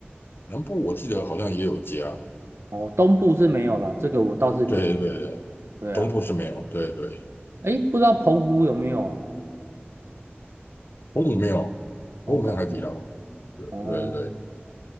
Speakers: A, on the left (about 60°); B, on the right (about 75°).
A: 南部我记得好像也有一家。
B: 哦，东部是没有啦，这个我倒是挺，
A: 对对对，
B: 对啊，
A: 东部是没有。对对。
B: 诶，不知道澎湖有没有啊？
A: 澎湖没有，
B: 哦，
A: 澎湖没有海底捞。
B: 澎湖，
A: 对对对，
B: 哦，